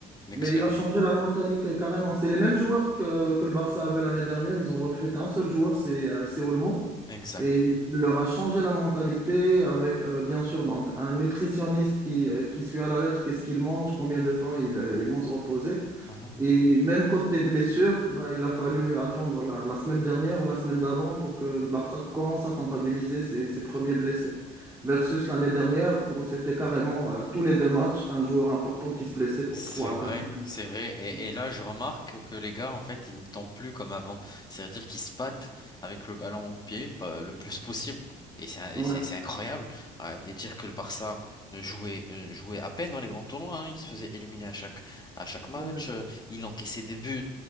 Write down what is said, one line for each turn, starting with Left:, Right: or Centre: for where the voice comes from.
Left: excellent,
Right: Mais il a changé la mentalité carrément. C'est les mêmes joueurs que, que le Barça avait l'année dernière. Ils ont recruté un seul joueur, c'est euh, c'est Olmo.
Left: exact.
Right: Et il leur a changé la mentalité avec, euh, bien sûr, donc un nutritionniste qui, euh, qui suit à la lettre qu'est-ce qu'ils mangent, combien de temps ils, euh, ils vont se reposer.
Left: Mhm.
Right: Et même côté blessure, bah, il a fallu attendre la, la semaine dernière ou la semaine d'avant pour que le Barça commence à comptabiliser ses, ses premiers blessés. Versus l'année dernière où c'était carrément euh, tous les deux matchs, un joueur important qui se blessait pour
Left: C'est
Right: 3 à
Left: vrai,
Right: 4
Left: c'est vrai. Et,
Right: Ouais,
Left: et là, je remarque que les gars, en fait, ils ne tombent plus comme avant. C'est-à-dire qu'ils se battent avec le ballon au pied pas- le plus possible. Et c'est, un- et
Right: ouais,
Left: c'est, c'est incroyable. Ah, Et dire que le Barça ne jouait, euh, jouait à peine dans les grands tournois, hein. Il se faisait éliminer à chaque, à chaque match.
Right: ouais,
Left: euh, Il encaissait des buts.